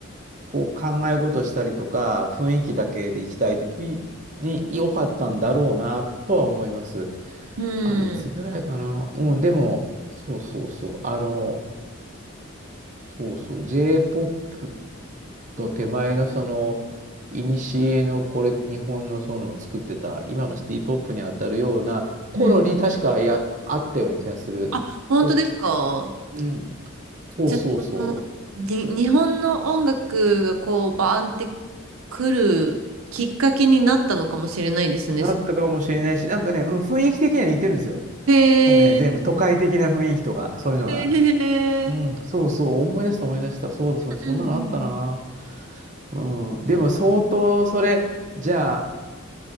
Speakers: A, on the right; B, on the right.
A: こう考え事したりとか、雰囲気だけで行きたいときに良かったんだろうな、とは思います。
B: う
A: あれ、いつぐらいかな。
B: ん。
A: うん、でも、そうそうそう。あの、そうそう。J-POP と手前のその、いにしえのこれ、日本のその作ってた、今のシティポップに当たるような頃に確かや、
B: うん。
A: あったような気がする。
B: あ、本当ですか
A: とうん。そうそうそ
B: じゃあ、そのに、日本の音楽がこう、バーンって来るきっかけになったのかもしれないですね。
A: う。なったかもしれないし、
B: その
A: なんかね、うん、雰囲気的には似てるんですよ。
B: へえ。
A: その辺全部都会的な雰囲気とか、そういうのが。
B: へえ。
A: うん、そうそう、思い出した思い出した。そうだそうだ、
B: うんうんうん
A: そんなのあったな。うん、でも相当それ、じゃあ、